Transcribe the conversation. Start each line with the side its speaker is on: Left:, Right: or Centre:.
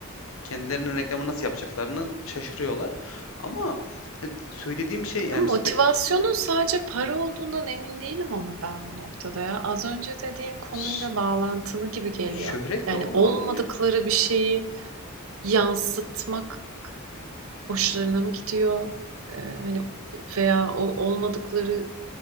Left: kendilerinin reklamı nasıl yapacaklarını şaşırıyorlar. Ama hani söylediğim şey yani
Right: Motivasyonun
Left: mesela be-
Right: sadece para olduğundan emin değilim ama ben bu noktada ya. Az önce dediğin konuyla
Left: ş-
Right: bağlantılı gibi geliyor.
Left: şöhret
Right: Yani
Left: de olamaz
Right: olmadıkları
Left: mı ya?
Right: bir şeyi yansıtmak hoşlarına mı gidiyor? Ee, hani veya o olmadıkları